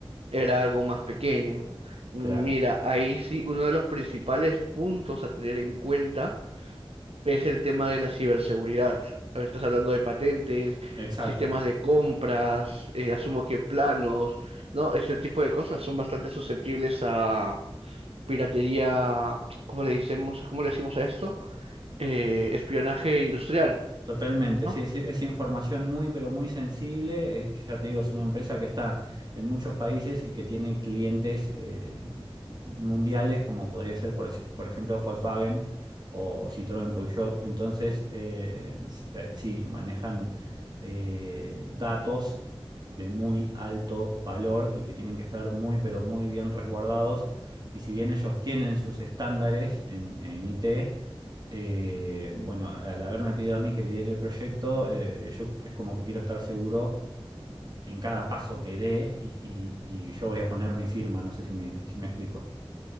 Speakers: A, on the right (about 80°); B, on the right (about 45°).
A: era algo más pequeño. Mira,
B: claro,
A: ahí sí, uno de los principales puntos a tener en cuenta es el tema de la ciberseguridad. A ver, Estás hablando de patentes,
B: exacto.
A: sistemas de compras, eh, asumo que planos, ¿no? Este tipo de cosas son bastante susceptibles a piratería, ¿cómo le decimos, cómo le decimos a esto? Eh, espionaje industrial,
B: Totalmente,
A: ¿no?
B: sí, es, es información muy, pero muy sensible. Eh, ya te digo, es una empresa que está en muchos países y que tiene clientes eh, mundiales, como podría ser, por, ej- por ejemplo, Volkswagen o Citroën Peugeot. Entonces, eh, s- eh, sí, manejan eh, datos de muy alto valor y que tienen que estar muy, pero muy bien resguardados. Y si bien ellos tienen sus estándares en, en IT, eh, bueno, al haberme pedido a mí que lidere el proyecto, eh, yo es como que quiero estar seguro en cada paso que dé y, y- y yo voy a poner mi firma, no sé si me, si me explico.